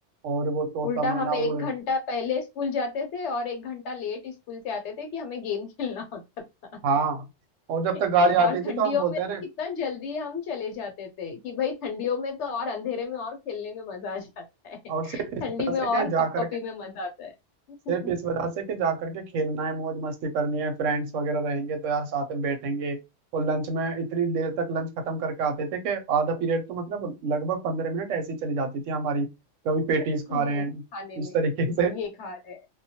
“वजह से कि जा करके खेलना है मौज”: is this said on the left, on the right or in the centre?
Right